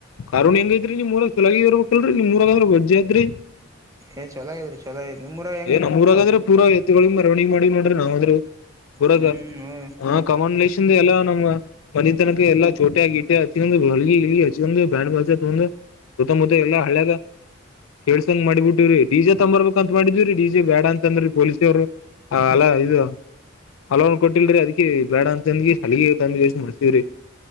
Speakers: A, on the left; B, on the right.
A: ಕಾರ ಹುಣ್ಣಿಮೆಹೆಂಗೈತರಿ ನಿಮ್ಮ ಊರಗ ಚೋಲಾಗಿ ಇರ್ಬೇಕಲ್ರಿ ನಿಮ್ ಊರಗ ವಜ್ಜಿ ಐತ್ರಿ,
B: ಏಯ್ ಚೋಲಾಗದರಿ. ಚೋಲಾಗದ್ರಿ ನಿಮ್ಮ ಊರಗ
A: ಏನ್ ನಮ್ಮ್ ಊರಾಗ ಆದ್ರೆ ಪೂರಾ ಎತ್ತಿಗಳಿಗೆ ಮೆರವಣಿಗೆ ಮಾಡಿ ನೋಡ್ರೆ, ನಾವ್ ಆದ್ರೂ ಊರಾಗ
B: ಹ್ಮ್
A: ಕಾಮನ್ಲೇಷನ್ ಎಲ್ಲಾ ನಮ್ಮ ಮನ ತನಕ ಎಲ್ಲಾ ಚೋಟ್ಯಾ- ಗಿಟ ಹಚ್ಕೊಂಡ <unintelligible> ್ಯಾಂಡ <unintelligible> ಬ ತಂದು ಸುತ್ತ ಮುತ್ತ ಎಲ್ಲಾಹಳ್ಳ್ಯಾಗ. ಕೇಸಂಗ ಮಾಡಿ ಬಿಟ್ಟಿವ್ರೀಡಿಜತಂಬರ್ಬೇಕ ಅಂತ ಮಾಡಿದ್ವಿರಿ. ಡಿಜೆ ಬ್ಯಾಡ ಅಂತಂದ್ರ ಪೊಲೀಸರು ಅಲ್ಲ ಇದು ಹಲೋವ್ ಕೊಟ್ಟಿಲ್ರಿ ಅದಕಿ ಬ್ಯಾಡ ಅಂತಂದಿ ಹಲಿಗೆ ತಂದ್ಗೆಸಿಂದ ಬಿಟ್ಟಿವ್ರಿ.